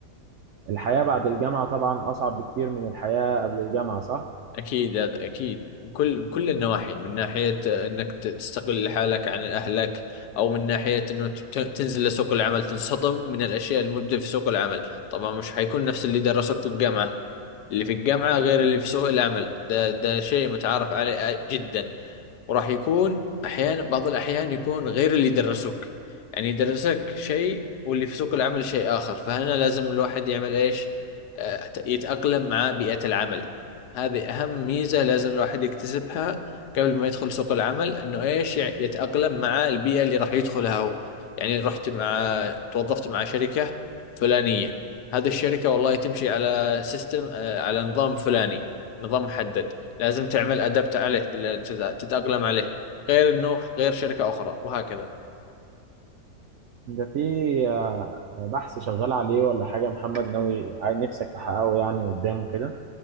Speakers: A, on the right (about 75°); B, on the left (about 80°).
A: الحياة بعد الجامعة طبعا أصعب بكتير من الحياة قبل الجامعة صح؟
B: أكيد هذا أكيد من كل من كل النواحي من ناحية آه، إنك ت- تستقل حالك عن أهلك أو من ناحية إنه ت- تنزل لسوق العمل تنصدم من الأشياء الموجودة في سوق العمل طبعا مش حيكون نفس اللي درسوك في الجامعة اللي في الجامعة غير اللي في سوق العمل ده ده شيء متعارف عليه جدا وراح يكون أحيانا بعض الأحيان يكون غير اللي درسوك يعني درسك شيء واللي في سوق العمل شيء آخر فهنا لازم الواحد يعمل إيش آه، يتأقلم مع بيئة العمل هذه أهم ميزة لازم الواحد يكتسبها قبل ما يدخل سوق العمل إنه إيش يع- يتأقلم مع البيئة اللي راح يدخلها هو يعني رحت مع توظفت مع شركة فلانية هذه الشركة والله تمشي على سيستم آه، على نظام فلاني نظام محدد لازم تعمل أدبت عليه ل- تت- تتأقلم عليه غير إنه غير شركة أخرى وهكذا
A: ده في آه، بحث شغال عليه ولا حاجة محمد ناوي عايز- نفسك تحققه يعني قدام كده